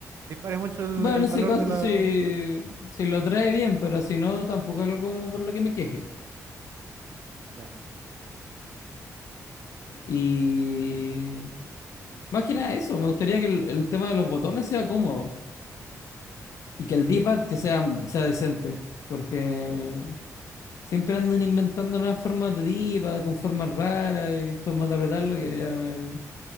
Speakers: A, on the right; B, on the left.
A: dispare mucho el,
B: Bueno,
A: el
B: en ese
A: valor
B: caso
A: de la...
B: sí, si lo trae bien, pero si no, tampoco es algo como por lo que me queje.
A: Ya.
B: Y más que nada eso, me gustaría que el, el tema de los botones sea cómodo y que el D-pad que sea, sea decente, porque Siempre andan inventando nuevas formas de diva, con formas raras y formas de apretarlo, que ya me-